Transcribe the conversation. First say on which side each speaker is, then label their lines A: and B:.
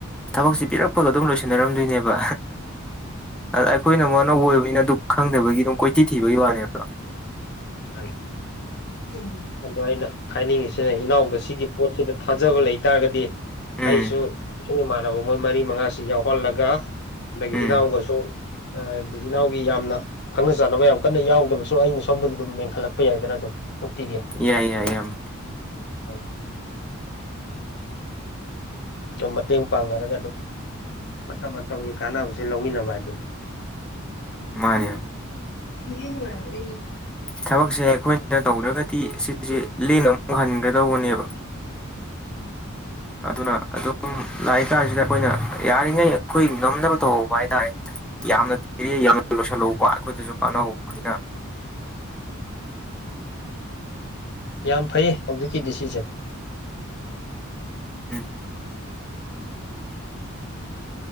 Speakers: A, in the centre; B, on the left.
A: ꯊꯕꯛꯁꯦ ꯄꯤꯔꯛꯄꯒ ꯑꯗꯨꯝ ꯂꯣꯏꯁꯤꯟꯅꯔꯝꯗꯣꯏꯅꯦꯕ ꯑꯩꯈꯣꯏꯅ ꯑꯃꯨꯛ ꯑꯅꯧꯕ ꯑꯣꯏꯕꯅꯤꯅ ꯑꯗꯨ ꯈꯪꯗꯕꯒꯤ ꯑꯗꯨꯝ ꯀꯣꯏꯊꯤ ꯊꯤꯕꯒꯤ ꯋꯥꯅꯦꯕ
B: <unintelligible> ꯑꯗꯣ ꯑꯩꯅ ꯍꯥꯏꯅꯤꯡꯉꯤꯁꯤꯅ ꯏꯅꯥꯎꯗ ꯁꯤꯒꯤ ꯄꯣꯠꯁꯤꯗ ꯊꯥꯖꯕ ꯂꯩꯇꯥꯥꯔꯒꯗꯤ ꯑꯩꯁꯨ
A: ꯎꯝ
B: ꯏꯁꯨ ꯏꯃꯥꯟꯅꯕ ꯃꯣꯏ ꯃꯔꯤ ꯃꯉꯥꯁꯤ ꯌꯥꯎꯍꯜꯂꯒ ꯑꯗꯥꯒꯤ
A: ꯎꯝ
B: ꯏꯅꯥꯎꯒꯁꯨꯣ ꯑꯥ ꯏꯅꯥꯎꯒꯤ ꯌꯥꯝꯅ ꯈꯪꯅ ꯆꯥꯟꯅꯕ ꯌꯥꯝ ꯀꯟꯅ ꯌꯥꯎꯗ꯭ꯔꯕꯁꯨ ꯑꯩꯅ ꯁꯣꯝꯗ ꯑꯗꯨꯝ ꯃꯦꯟꯈꯠꯂꯛꯄ ꯌꯥꯏꯗꯅ ꯑꯗꯨꯝ ꯊꯣꯛꯄꯤꯒꯦ
A: ꯌꯥꯏ ꯌꯥꯏ ꯌꯥꯝ
B: ꯑ <unintelligible> ꯑꯗꯨꯝ ꯃꯇꯦꯡ ꯄꯥꯡꯅꯔꯒ ꯑꯗꯨꯝ ꯃꯇꯝ ꯃꯇꯝꯒꯤ ꯀꯥꯟꯅꯕꯁꯦ ꯂꯧꯃꯤꯟꯅꯕ ꯍꯥꯏꯗꯨꯅꯤ
A: ꯃꯥꯅꯦ
B: <unintelligible>
A: ꯊꯕꯛꯁꯦ ꯑꯩꯈꯣꯏꯅ ꯇꯧꯗ꯭ꯔꯒꯗꯤ ꯁꯤꯁꯦ ꯂꯦꯝꯅ ꯑꯃꯨꯛ ꯍꯟꯒꯗꯧꯕꯅꯦꯕ ꯑꯗꯨꯅ ꯑꯗꯨꯝ ꯂꯥꯛꯏ ꯀꯥꯟꯁꯤꯗ ꯑꯩꯈꯣꯏꯅ ꯌꯥꯔꯤꯈꯩ ꯑꯩꯈꯣꯏ ꯉꯝꯅꯕ ꯇꯧꯍꯧꯕ ꯍꯥꯏꯇꯥꯔꯦꯅꯦ ꯌꯥꯝꯅ <unintelligible> ꯌꯥꯝꯅ ꯂꯣꯏꯁꯜꯍꯧꯕ ꯑꯩꯈꯣꯏꯗꯁꯨ ꯀꯥꯟꯅꯍꯧꯕꯅꯤꯅ
B: ꯌꯥꯝ ꯐꯩ ꯍꯧꯖꯤꯛꯀꯤꯗꯤ ꯁꯤꯁꯦ
A: ꯎꯝ